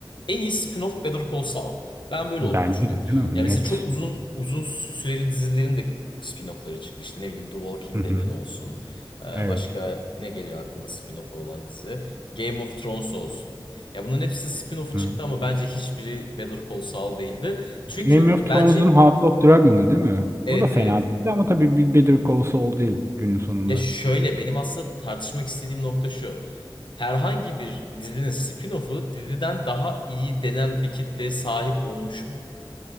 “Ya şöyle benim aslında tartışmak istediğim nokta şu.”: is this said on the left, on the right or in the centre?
Left